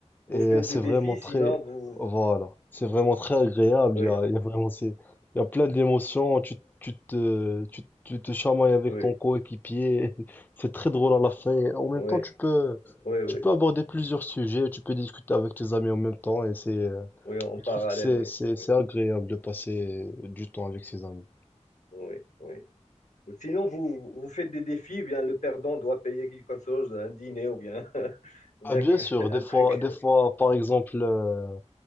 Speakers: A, on the left (about 85°); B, on the left (about 15°).
A: Vous
B: et
A: faites
B: euh, c'est
A: des défis,
B: vraiment très,
A: sinon vous.
B: voilà, c'est vraiment très agréable.
A: Oui,
B: Il y a, il y a vraiment, c'est- il y a plein d'émotions. Tu, tu te, tu, tu te chamailles avec
A: oui,
B: ton coéquipier. <laughs> C'est très drôle à la fin. Et en même
A: oui.
B: temps, tu peux,
A: Oui, oui,
B: tu peux aborder plusieurs sujets. Tu peux discuter avec tes amis en même temps et c'est, euh,
A: oui, en
B: je
A: parallèle,
B: trouve que c'est,
A: oui,
B: c'est,
A: oui,
B: c'est agréable de passer du temps avec ses amis.
A: oui, oui. Sinon, vous, vous faites des défis, ou bien le perdant doit payer quelque chose, un dîner ou bien, <laughs> ou
B: Ah,
A: bien
B: bien
A: que-
B: sûr,
A: <laughs>
B: des
A: un
B: fois,
A: truc.
B: des fois, par exemple, euh,